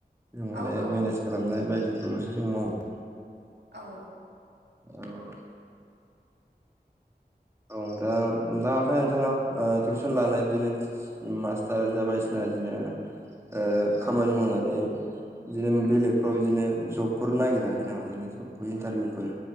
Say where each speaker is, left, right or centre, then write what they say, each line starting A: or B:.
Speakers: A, on the right; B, on the right.
A: जों माने
B: औ औ
A: मेनेज खालामनाय बायदिखौल'सो जों मावो
B: औ
A: औ औ दा दा ओमफाय नोंथाङा ओटिउसन लानाय बिदिनो मास्टार जाबायदिसिना बिदिनो ओ
B: औ
A: खामानि मावनानै बिदिनो बेलेगफ्राव बिदिनो जबफोर नायगिराखै नामा बिदिनो जब इन्टारभिउफोर